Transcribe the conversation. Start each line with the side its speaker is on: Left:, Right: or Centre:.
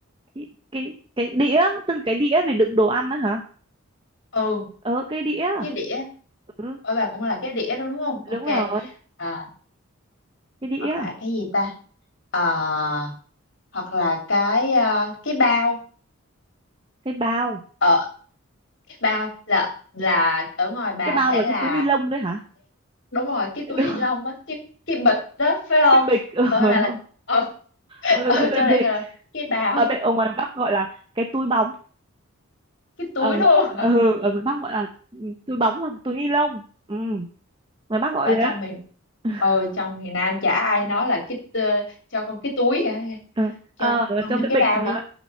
Right: cái, cái, cái đĩa, tức là cái đĩa để đựng đồ ăn đó hả?
Left: ừ
Right: Ờ, cái đĩa.
Left: cái đĩa
Right: Ừ,
Left: ở bà cũng là cái đĩa đó đúng không ok
Right: đúng rồi.
Left: à,
Right: Cái đĩa,
Left: hoặc là cái gì ta Ờ, hoặc là cái ờ, cái bao
Right: cái bao.
Left: Ờ, bao là là ở ngoài bà
Right: Cái bao
Left: sẽ
Right: là
Left: là
Right: cái túi ni lông đấy hả? <laughs>
Left: đúng rồi cái túi
Right: Đúng,
Left: <laughs> ni lông á cái cái bịch đó phải không
Right: cái bịch. Ờ, <laughs>
Left: ở ngoài bà là
Right: đúng.
Left: ở,
Right: Gọi
Left: ở
Right: là cái
Left: trong
Right: bịch.
Left: <laughs> đây là cái bao
Right: Ở bên ở ngoài Bắc gọi là cái túi bóng.
Left: cái
Right: ở
Left: túi
Right: ng-
Left: luôn
Right: ừ, ở ngoài Bắc gọi là ừ, túi bóng hoặc túi ni lông ừ, ngoài Bắc gọi
Left: ở trong
Right: vậy á
Left: miền
Right: <laughs>
Left: ừ trong miền Nam chả ai nói là cái tơ- cho con cái túi cả
Right: ừ.
Left: cho
Right: ờ
Left: con
Right: cho
Left: thêm
Right: cái
Left: cái
Right: bịch
Left: bao đi
Right: hả